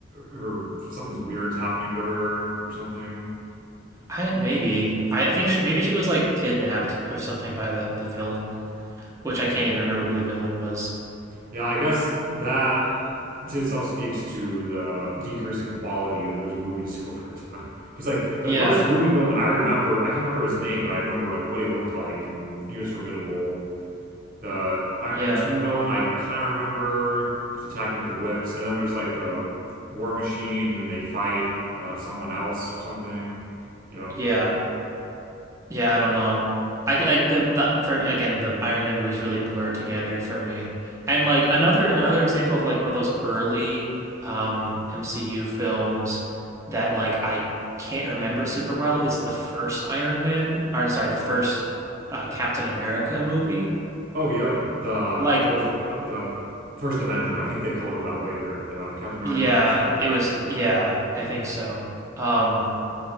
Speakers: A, on the right; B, on the right.
A: her, something's weird's happening to her or something.
B: I maybe I think she, maybe she was like kidnapped or something by the the villain, which I can't even remember who the villain was.
A: Yeah, I guess that to itself speaks to the decreasing quality of those movies <laughs> over time. Because like the
B: Yeah,
A: first movie Villain I remember, I can't remember his name, but I remember like what he looked like and he was formidable. the Iron
B: yeah,
A: Man 2 villain, I kind of remember because attacking with the whips. And then there's like the War Machine and they fight uh, someone else or something. You know.
B: yeah. Yeah, I don't know. I like the the for again the Iron Man movies really blur together for me. And like another another example of like one of those early um MCU films that like I can't remember super well is the first Iron Man or sorry, the first uh, Captain America movie.
A: Oh, yeah. The,
B: Like
A: what was it? Uh, the First Avenger. I think they called it that later. Yeah. Captain America,
B: yeah,
A: the First Avenger.
B: it was yeah, I think so. Um